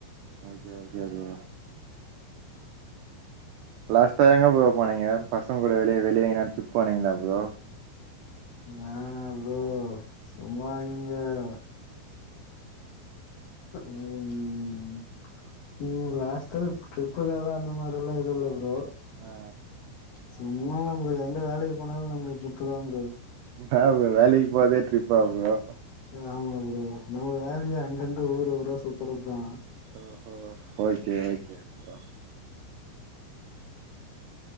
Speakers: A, on the right; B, on the left.
A: ஓகே ஓகே ப்ரோ லாஸ்ட்டா எங்க ப்ரோ போனீங்க பசங்கூட வெளிய வெளிய எங்கனா ட்ரிப் போனீங்களா ப்ரோ
B: நானா ப்ரோ சும்மா நீங்க வேற ம்ம்ம்...... ம் லாஸ்ட்டா ட்ரிப்பு வேல அந்த மாரி லா இல்ல லா ப்ரோ
A: ஆ
B: சும்மா நம்ப எந்த வேலைக் போனாலு நம்பளுக்கு ட்ரிப்பு தா ப்ரோ.
A: அஹ வேலைக்கு போறதே ட்ரிப்பா ப்ரோ
B: ஆமா ப்ரோ நம்ம வேலையே அங்கங்கே ஊர் ஊர சுத்துறது தா
A: ஓஹோ ஓகே ஓகே ப்ரோ